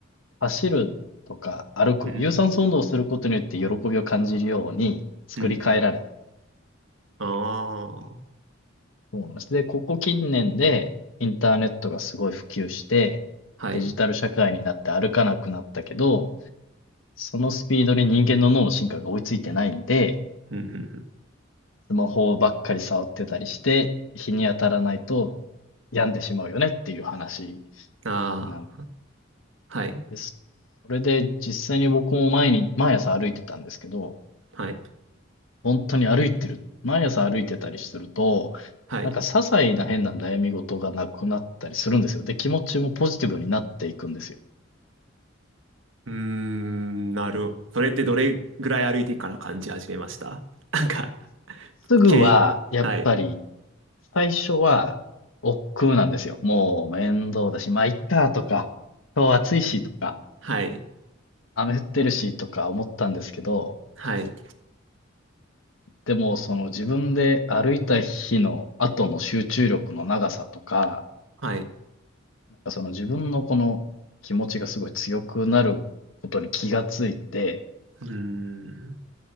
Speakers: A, on the left; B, on the right.
A: 走るとか歩く、
B: うん。
A: 有酸素運動をすることによって喜びを感じるように作り変えられた
B: うん。うん。ああ。
A: と思うんです。で、ここ近年でインターネットがすごい普及して、
B: はい。
A: デジタル社会になって歩かなくなったけど、そのスピードに人間の脳の進化が追いついてないんで、
B: うん。う
A: スマホばっかり触ってたりして、日に当たらないと病んでしまうよねっていう話
B: ん。ああー。
A: なん
B: はい。
A: です。それで実際に僕も前に、毎朝歩いてたんですけど、
B: はい。
A: 本当に歩いてる、毎朝歩いてたりすると、
B: はい。
A: なんか些細な変な悩み事がなくなったりするんですよ。で、気持ちもポジティブになっていくんですよ。
B: うーん、なるほど。それってどれぐらい歩いてから感じ始めましたなんか、
A: すぐは、
B: けはい。
A: やっぱり、最初は、億劫なんですよ。もう面倒だし、まあ、いっかとか、今日暑いしとか、
B: はい。
A: 雨降ってるしとか思ったんですけど、
B: はい。
A: でもその自分で歩いた日の後の集中力の長さとか、
B: はい。
A: なんかその自分のこの気持ちがすごい強くなることに気がついて、
B: うーん。